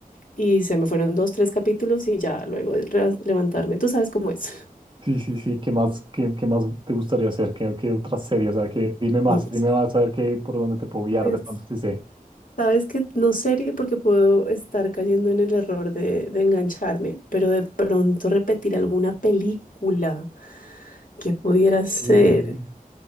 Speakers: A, on the left; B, on the right.
A: y se me fueron dos, tres capítulos y ya luego de re- levantarme. Tú sabes cómo es. <laughs>
B: Sí, sí, sí, ¿qué más, qué, qué más te gustaría hacer? ¿Qué, qué otra serie? O sea, que dime más,
A: No,
B: dime más a ver qué, por dónde te puedo guiar
A: pues
B: de pronto si sé.
A: sabes que no serie porque puedo estar cayendo en el error de, de engancharme, pero de pronto repetir alguna película que pudiera ser.
B: Mm,